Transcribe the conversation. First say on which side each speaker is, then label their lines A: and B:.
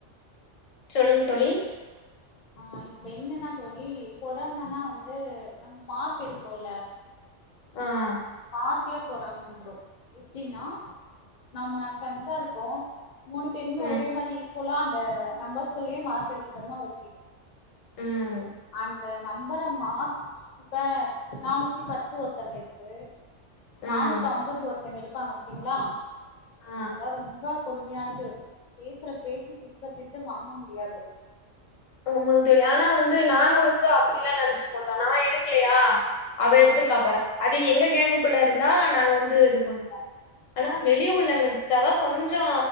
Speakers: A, on the left; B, on the left.
A: சொல்லுங்க தோழி
B: ஆ இப்ப என்னன்னா தோழி பொறாமனா வந்து நம்ம மார்க் எடுப்போல்ல
A: ம்
B: மார்க்ல பொறாம வந்துரு எப்டின்னா நம்ம ஃப்ரெண்ட்ஸா இருக்கோ மூணு பேருமே
A: ம்,
B: ஒரே மாதிரி ஈக்குவலா அந்த நம்பர்ஸ்குள்ளயே மார்க் எடுத்துட்டோன்னா ஓகே
A: ம்,
B: அந்த நம்பர மாத் இப்ப நானூத்தி பத்து ஒருத்தங்க எடுத்து
A: ம்,
B: நானூத்தி ஐம்பது ஒருத்தங்க எடுப்பாங்க பாத்தீங்களா
A: ஆ.
B: அதா ரொம்ப கொடுமையானது பேசுற பேச்சு திட்றத்திட்டு வாங்க முடியாது
A: ஆமாங்க தோழி ஆனா வந்து நாங்க வந்து அப்டில்லா நெனச்சுக்க மாட்டோ நா எடுக்கலையா அவ
B: ஆ
A: எடுத்திருக்காப் பாற அது எங்க கேங்குக்குள்ள இருந்தா நாங்க வந்து இது பண்ணு ஆனா
B: கண்டிப்பா
A: வெளி உலக எடுத் திட்டாவா கொஞ்சோ